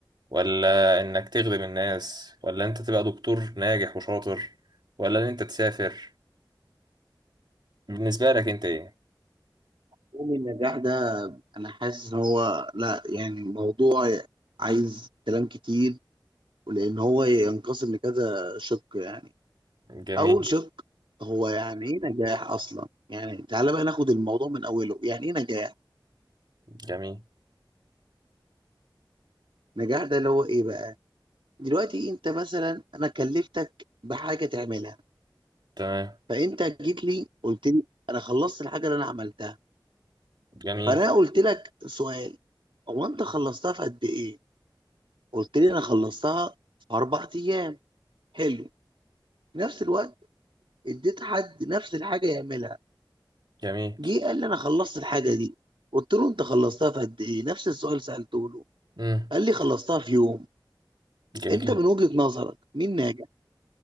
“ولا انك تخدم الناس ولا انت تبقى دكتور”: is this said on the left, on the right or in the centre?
Right